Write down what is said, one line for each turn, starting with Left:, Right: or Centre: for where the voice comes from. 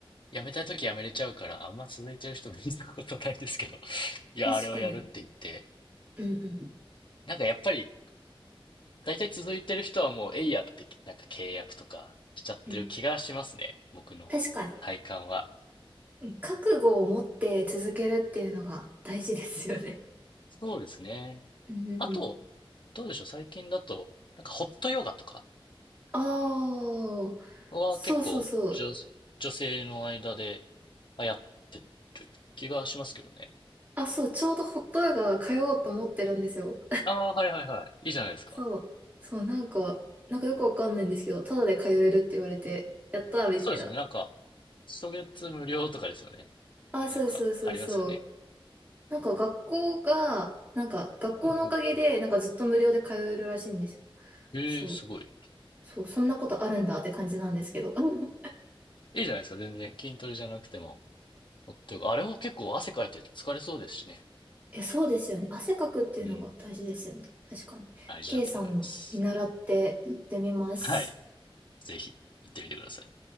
Left: やめたいときやめれちゃうから、あんま続いてる人見たことないですけど、<laughs> いや、
Right: 確かに。
Left: あれをやるって言って、
Right: うん、うん。
Left: なんかやっぱり、大体続いてる人はもう、えいやって、なんか契約とかしちゃってる気がしますね。
Right: え
Left: 僕の体感は。
Right: 確かに。覚悟を持って続けるっていうのが大事ですよね。
Left: そうですね。
Right: うん。
Left: あと、どうでしょう。最近だと、なんかホットヨガとか
Right: ああ、
Left: は結構女、
Right: そうそうそう。
Left: 女性の間で流行ってる気がしますけどね。
Right: あ、そう、ちょうどホットヨガ通おうと思ってるんですよ。
Left: ああ、はいはいはい。いいじゃないですか。
Right: そう、そう、なんか、なんかよくわかんないんですけど、ただで通えるって言われて、やったーみたいな。
Left: そうですよね。なんか、初月無料とかですよね。
Right: あ、そうそうそうそう。
Left: なんか、ありますよね。
Right: なんか学校が、なんか学校のおかげで、
Left: うんうんうん。
Right: なんかずっと無料で通えるらしいんですよ。
Left: ええすごい。
Right: そう、そう、そんなことあるんだって感じなんですけど。<laughs>
Left: いいじゃないですか。全然筋トレじゃなくても。ほっとよくあれも結構汗かいて疲れそうですしね。
Right: え、そうですよね。汗かくっていうのが大事ですよね。
Left: うん。
Right: 確かに。
Left: 大事だと思います。
Right: K さん見習ってやってみます。
Left: はい。ぜひ、行ってみてください。